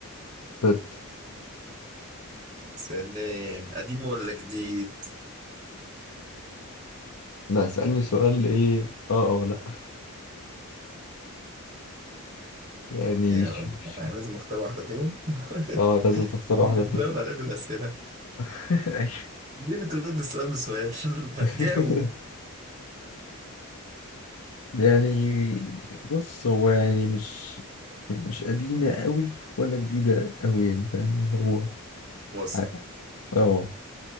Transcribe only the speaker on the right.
سلام قديم ولا جديد
يا
الله
يعني لازم اختار واحدة فيهم
<laughs> بتزود
عليا في الأسئلة
ليه بترد السؤال بسؤال <laughs> ما
تجاوب
مصر